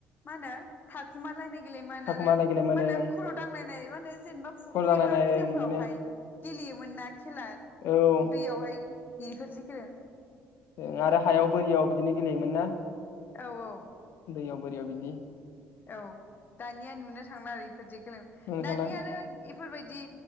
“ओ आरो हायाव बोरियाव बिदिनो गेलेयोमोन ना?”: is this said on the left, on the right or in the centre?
Left